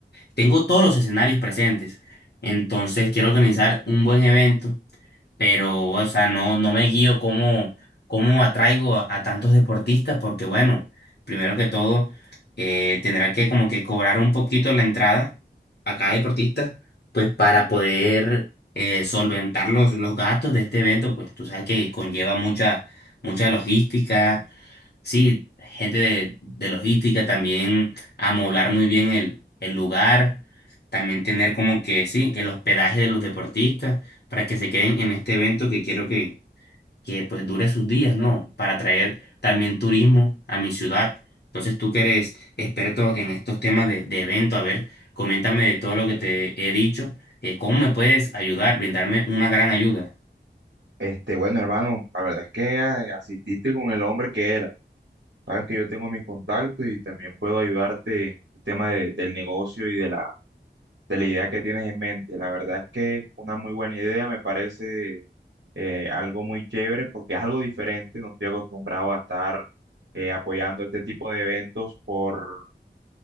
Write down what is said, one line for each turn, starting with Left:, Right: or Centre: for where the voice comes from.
Left: tengo todos los escenarios presentes, entonces quiero organizar un buen evento pero, o sea, no, no me guío cómo, cómo atraigo a, a tantos deportistas, porque bueno, primero que todo, eh, tendrá que como que cobrar un poquito la entrada a cada deportista, pues para poder eh, solventar los, los gastos de este evento, pues tú sabes que conlleva mucha, mucha logística Sí, gente de, de logística también, amoblar muy bien el, el lugar, también tener como que, sí, el hospedaje de los deportistas para que se queden en este evento que quiero que, que pues dure sus días, ¿no? Para traer también turismo a mi ciudad. Entonces tú que eres experto en estos temas de,
Right: Ujú.
Left: de evento, a ver, coméntame de todo lo que te he dicho, eh, ¿cómo me puedes ayudar, brindarme una gran ayuda?
Right: Este, bueno, hermano, la verdad es que eh, asististe con el hombre que era. Sabes que yo tengo mis contactos y también puedo ayudarte en el tema de- del negocio y de la de la idea que tienes en mente. La verdad es que una muy buena idea me parece eh, algo muy chévere porque es algo diferente. No estoy acostumbrado a estar eh, apoyando este tipo de eventos por,